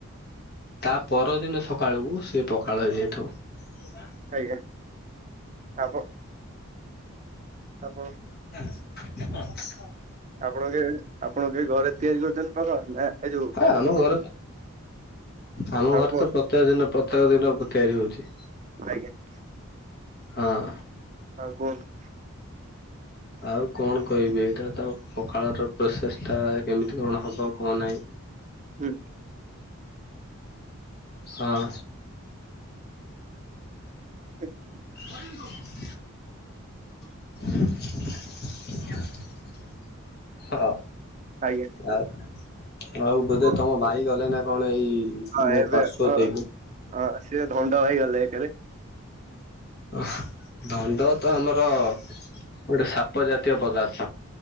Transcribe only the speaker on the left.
ତା ପରଦିନ ସକାଳକୁ, ସିଏ ପକାଳ ହେଇଯାଇଥବ।
<unintelligible>
ହଁ, ଆମ
ଘରେ, ଆମ
ଘରେ
ତ ପ୍ର ପ୍ରତ୍ୟକ ଦିନ, ପ୍ରତ୍ୟେକ ଦିନ ତିଆରି ହଉଚି।
ହଁ।
ଆଉ କଣ କହିବି, ଏଇଟା ତ ପଖାଳର ପ୍ରୋସେସ୍ ଟା କେମିତି କଣ ହେବ, କଣ ନାହିଁ?
ହଁ।
କରନ୍ତୁ। <unintelligible> ହଁ,
ଆଉ, ଆଉ ବୋଧେ
ତମ ଭାଇ ଗଲେ ନା କଣ ଏଇ
ମୋ
ପାର୍ଶ୍ୱ
ଦେଇକି।
ଅ, ଧଣ୍ଡ ତ ଆମର ଗୋଟେ ସାପ ଜାତୀୟ ପଦାର୍ଥ।